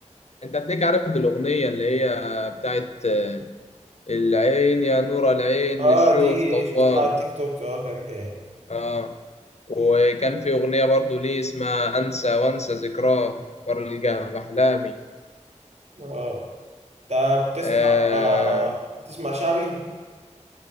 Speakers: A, on the left; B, on the right.
A: انت هتلاقيك عارف الاغنيه اللي هي بتاعت آه، العين يا نور العين
B: اه
A: للشوف
B: دي
A: طواق
B: شفتها على التيك توك اه كان جاي
A: اه وكان في اغنيه برضه ليه اسمها انسى وانسى ذكراه وارجع باحلامي
B: اه انت بتسمع
A: آه،
B: آه بتسمع شعبي